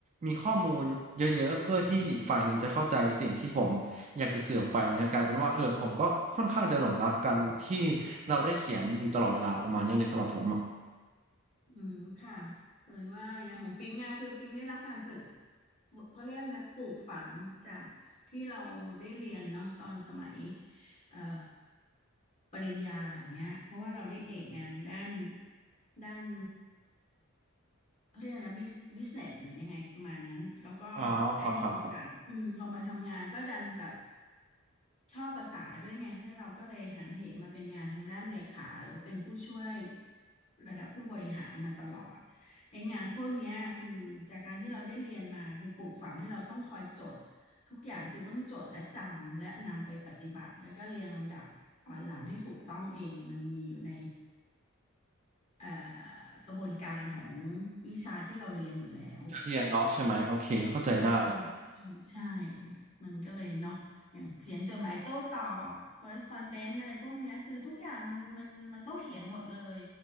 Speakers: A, on the right; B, on the left.
A: มีข้อมูลเยอะๆเพื่อที่อีกฝ่ายหนึ่งจะเข้าใจสิ่งที่ผมอยากจะสื่อออกไปมันก็กลายเป็นว่าเออผมก็ค่อนข้างจะหลงรักกันที่เราได้เขียนอยู่ตลอดเวลาประมาณนี้เลยสำหรับผมอะ
B: อืมค่ะเปิดว่าอย่างของปิงอะคือปิงได้รับการปลูกเขาเรียกนะปลูกฝังจากที่เราได้เรียนเนาะตอนสมัยเอ่อปริญญาอย่างเงี้ยเพราะว่าเราได้เอกงานด้านด้าน เขาเรียกนะบิสบิสเนสหรือยังไงประมาณนั้นแล้วก็
A: อ๋อครับครับครับ
B: ได้มีโอกาสอืมพอมาทำงานก็ดันแบบชอบภาษาด้วยไงแล้วเราก็เลยหันเหมาเป็นงานทางด้านเลขาหรือเป็นผู้ช่วยระดับผู้บริหารมาตลอดไอ้งานพวกเนี้ยคือจากการที่เราได้เรียนมาคือปลูกฝังให้เราต้องคอยจดทุกอย่างคือต้องจดและจำและนำไปปฏิบัติแล้วก็เรียงลำดับอ่อนหลังให้ถูกต้องเองมันมีอยู่ใน เอ่อกระบวนการของวิชาที่เราเรียนอยู่แล้ว
A: เท่าเทียนเนาะใช่ไหมโอเคเข้าใจได้
B: ใช่ใช่ใช่มันก็เลยเนาะอย่างเขียนจดหมายโต้ตอบ correspondence อะไรพวกเนี้ยคือทุกอย่างมันมันมันต้องเขียนหมดเลย